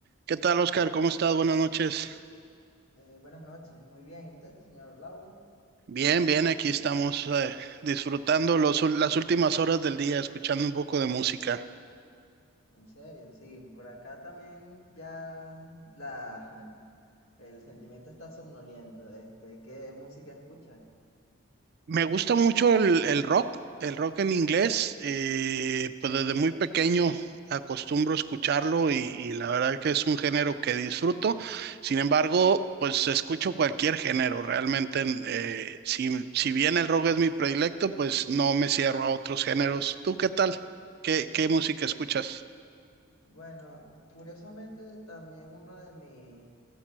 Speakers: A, on the right; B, on the left.
A: ¿Qué tal, Oscar? ¿Cómo estás? Buenas noches.
B: Eh, buenas noches, muy bien. ¿Y usted, señor Lauro?
A: Bien, bien, aquí estamos eh, disfrutando los ul- las últimas horas del día, escuchando un poco de música.
B: En serio, sí, por acá también ya la, <laughs> el sentimiento está somnoliento. Este, ¿qué música escucha?
A: Me gusta mucho el, el rock, el rock en inglés, eh, pues desde muy pequeño acostumbro escucharlo y, y la verdad que es un género que disfruto. Sin embargo, pues escucho cualquier género, realmente eh, si, si bien el rock es mi predilecto, pues no me cierro a otros géneros. ¿Tú qué tal? ¿Qué, qué música escuchas?
B: Bueno, curiosamente también uno de mis